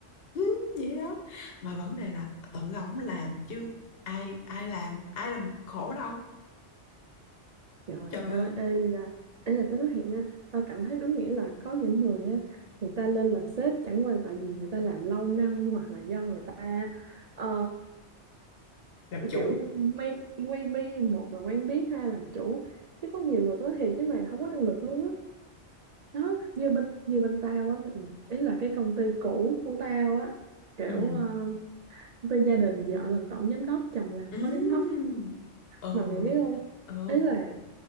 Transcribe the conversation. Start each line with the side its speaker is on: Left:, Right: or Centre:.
Left: "Ừ, vậy đó mà vấn đề là tự ổng làm chứ ai ai làm ai làm khổ đâu
Right: trời
Left: trời
Right: ơi
Left: ơi
Right: ê là ê là tao nói thiệt nha tao cảm thấy đúng nghĩa là có những người á người ta lên làm sếp chẳng qua tại vì người ta làm lâu năm hoặc là do người ta ờ,
Left: làm chủ
Right: kiểu may maybe một là quen biết hai là làm chủ chứ có nhiều người tao nói thiệt với mày là không có năng lực luôn á đó như bên như bên tao á ý là cái công ty cũ của tao á kiểu
Left: ừ
Right: ờ, Với gia đình vợ làm tổng giám đốc, chồng làm
Left: ừ
Right: phó giám đốc.
Left: ừ
Right: Mà mày biết không?
Left: ừ
Right: Ý là